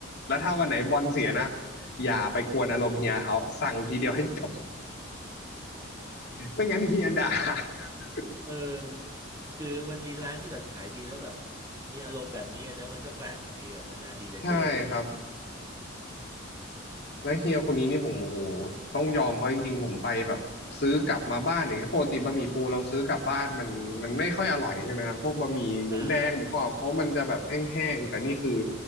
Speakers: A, on the left (about 55°); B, on the right (about 15°).
A: แล้วถ้าวันไหนบอลเสียนะอย่าไปกวนอารมณ์เฮียเขาสั่งทีเดียวให้จบไม่งั้นเฮียด่า <laughs>
B: เออคือมันมีร้านที่แบบขายดีแล้วแบบมีอารมณ์แบบนี้อะนะมันก็แปลกดีอ่ะนานๆทีจะเจอทีอ่ะ
A: ใช่ครับ แล้วเฮียคนนี้นี่ผมโอ้โหต้องยอมเขาจริงๆผมไปแบบซื้อกลับมาบ้านอย่างเงี้ยปกติบะหมี่ปูเราซื้อกลับบ้านมันมันไม่ค่อยอร่อยใช่ไหมครับพวกบะหมี่หมูแดงหมูกรอบเพราะมันจะแบบแห้งๆแต่นี่คือ
B: อ่าอ่าอ่า